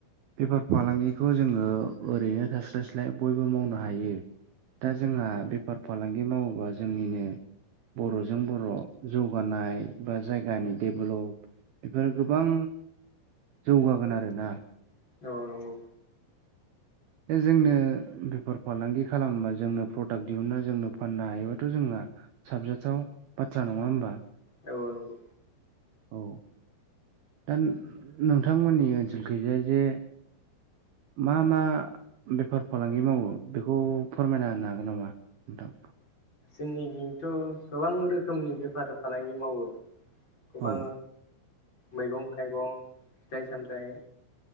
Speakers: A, on the right; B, on the left.
A: बेफार फालांगिखौ जोङो ओरैनो थास्लायस्लाय बयबो मावनो हायो। दा जोंहा बेफार फालांगि मावोबा जोंनिनो बर'जों बर' जौ जौगानाय बा जायगानि डेभेलप बेफोर गोबां जौगागोन आरो ना।
B: औ नंगौ।
A: जोंनो बेफार फालांगि खालामबा जों जोंनो प्रडाक्ट दिहुनना जोंनो फाननो हायोबाथ' जोंना साबजाथाव बाथ्रा नङा होमबा?
B: औ नंगौ
A: औ दा नोंथांमोननि ओनसोलखैजाय जे मा मा बेफार फालांगि मावो बेखौ फोरमायना होनो हागोन नामा नोंथां
B: जोंनिथ' गोबां रोखोमनि बेफार फालांगि मावो गोबां
A: औ
B: मैगं थाइगं फिथाइ सामथाइ